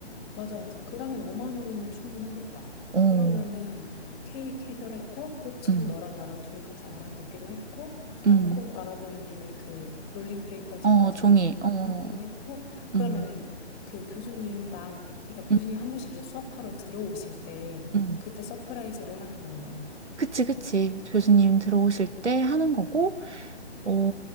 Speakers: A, on the left (about 15°); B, on the right (about 80°).
A: 맞아, 맞아. 그러면 5만 원이면 충분하겠다.
B: 어,
A: 그러면은 케이크 해결했고, 꽃은
B: 음,
A: 너랑 나랑 둘이 가서 알아보기로 했고, 그다음에
B: 음,
A: 꽃 알아보는 김에 그 롤링페이퍼지까지
B: 어, 종이, 어,
A: 하기로 했고, 그러면은
B: 음,
A: 그 교수님당, 그러니까
B: 음,
A: 교수님 한 번씩 이제 수업하러 들어오실 때,
B: 음.
A: 그때 서프라이즈를 하는 건가?
B: 그치, 그치. 교수님 들어오실 때 하는 거고. 어,